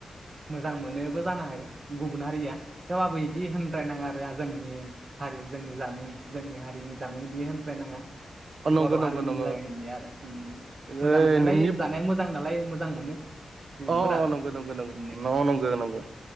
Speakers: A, on the right; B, on the right.
A: मोजां मोनोबो जानो हायो गुबुन हारिया थेवबाबो बिदि होनद्रायनाङा आरो जोंनि हारि जोंनि जामुं जोंनि हारिनि जामुं इदि होनद्रायनाङा
B: अ नंगौ
A: बर' हारिनि
B: नंगौ नंगौ
A: <unintelligible> आरो उम मोजां
B: ओइ
A: मोननायालाय
B: नोंनि
A: जानाया मोजां नालाय मोजां मोनो गुबुनफोराबो
B: अ अ नंगौ नंगौ नंगौ
A: इनो
B: नंगौ नंगौ